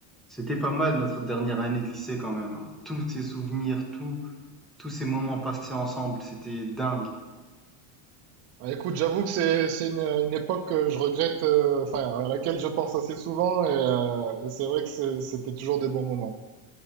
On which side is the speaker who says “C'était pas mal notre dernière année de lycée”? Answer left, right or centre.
Centre